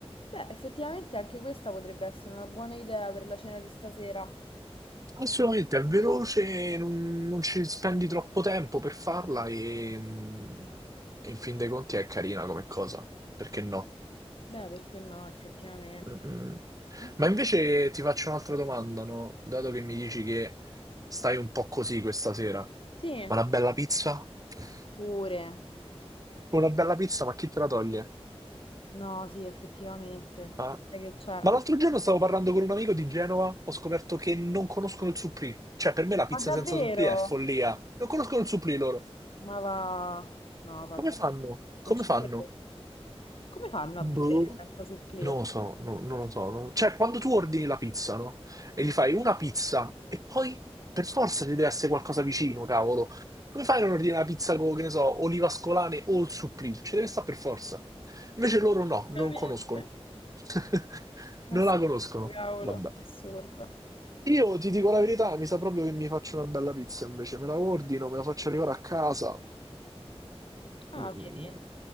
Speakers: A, on the left; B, on the right.
A: Beh, effettivamente anche questa potrebbe essere una buona idea per la cena di stasera.
B: Assolutamente, è veloce, non, non ci spendi troppo tempo per farla e, mm, e in fin dei conti è carina come cosa, perché no?
A: Beh, perché no, effettivamente.
B: Mm-mm.
A: Mm,
B: Ma invece
A: mm.
B: ti faccio un'altra domanda, no? Dato che mi dici che stai un po' così questa sera,
A: Sì,
B: ma una bella pizza? <laughs>
A: pure.
B: Una bella pizza, ma chi te la toglie?
A: No, sì, effettivamente.
B: Ah,
A: Sai che c'è?
B: Ma l'altro giorno stavo parlando con un amico di Genova, ho scoperto che non conoscono il supplì. Cioè, per me la pizza
A: Ma davvero?
B: senza supplì è follia. Non conoscono il supplì loro.
A: Ma va... No, vabbè.
B: Come fanno?
A: Non
B: Come
A: ci
B: fanno?
A: credo. Come fanno
B: Boh.
A: a vivere senza supplì?
B: Non
A: Assurdo.
B: lo so, no- non lo so. non- Cioè, quando tu ordini la pizza, no? E gli fai una pizza e poi per forza ci deve essere qualcosa vicino, cavolo. Come fai a non ordinare la pizza con, che ne so, olive ascolane o il supplì? Ci deve stare per forza. Invece loro no, non
A: Veramente.
B: conoscono. <laughs> Non
A: Assurdo,
B: la conoscono.
A: cavolo,
B: Vabbè.
A: assurdo.
B: Io ti dico la verità, mi sa proprio che mi faccio una bella pizza invece. Me la ordino, me la faccio arrivare a casa.
A: Ah,
B: Mm. mm,
A: vedi?
B: mm.